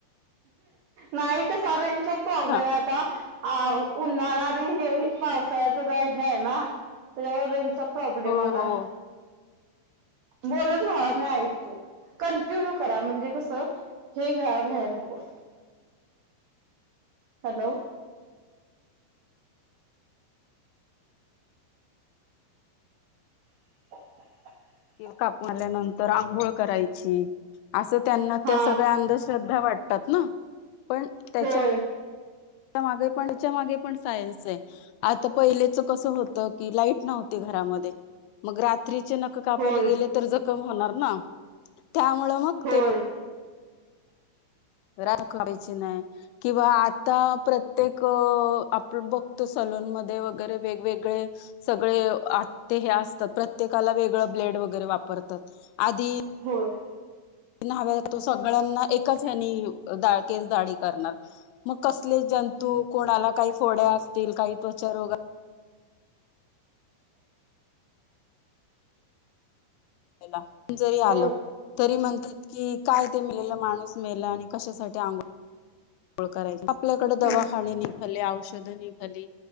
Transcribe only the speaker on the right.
नाही कसा रेंजचा प्रॉब्लेम
आहे आता अ उन्हाळा आणि हे पावसाळ्याच जरा हे आहे ना त्यांच्यामुळे रेंजचा प्रॉब्लेम
आलाय.
बोलत राहा मी ऐकतो कंटिन्यू करा म्हणजे कसं हे व्या भण हो हॅलो <unintelligible>
हा
होय
होय
होय
होय.
होय
होय